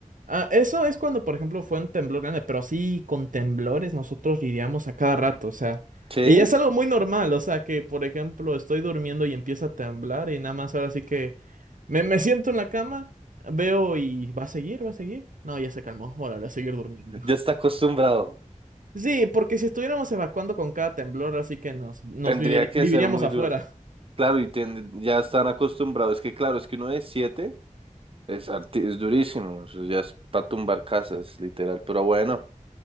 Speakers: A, on the right; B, on the right.
A: ah, eso es cuando, por ejemplo, fue un temblor grande, pero así con temblores nosotros lidiamos a cada rato, o sea.
B: Sí,
A: Y es algo muy normal, o sea, que, por ejemplo, estoy durmiendo y empieza a temblar y nada más ahora sí que me, me siento en la cama, veo y va a seguir, va a seguir. No, ya se calmó, órale, a seguir durmiendo. <laughs>
B: ya está acostumbrado.
A: Sí, porque si estuviéramos evacuando con cada temblor, así que nos, nos
B: Tendría
A: vivir-
B: que
A: viviríamos
B: ser muy
A: afuera.
B: duro.
A: <laughs>
B: Claro, y ten- ya están acostumbrados. Es que claro, es que uno de siete es, arti- es durísimo. Eso ya es para tumbar casas, literal. Pero bueno,